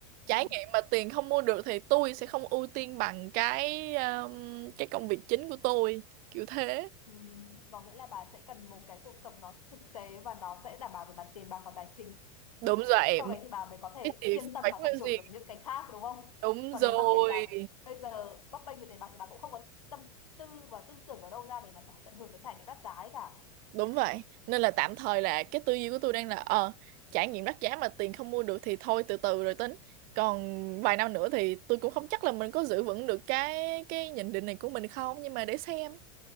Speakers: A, on the right (about 50°); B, on the left (about 90°).
A: trải
B: Ừ.
A: nghiệm mà tiền không mua được thì tôi sẽ không ưu tiên bằng cái ờm, cái công việc chính của tôi kiểu thế
B: Ừ, có nghĩa là bà sẽ cần một cái cuộc sống nó thực tế và nó sẽ đảm bảo về mặt tiền bạc và tài chính
A: đúng rồi
B: sau đấy thì bà mới có thể
A: cái tiền
B: yên tâm
A: phải
B: và
A: có
B: tận hưởng
A: gì
B: được những cái khác đúng không
A: đúng
B: còn
A: rồi
B: nếu mà kể cả bây giờ bấp bênh về tiền bạc thì bà cũng không có tâm tư và tư tưởng ở đâu ra để mà tận hưởng cái trải nghiệm đắt giá ấy cả
A: Đúng vậy, nên là tạm thời là cái tư duy của tôi đang là ờ trải nghiệm đắt giá mà tiền không mua được thì thôi từ từ rồi tính. Còn vài năm nữa thì tôi cũng không chắc là mình có giữ vững được cái cái nhận định này của mình không nhưng mà để xem.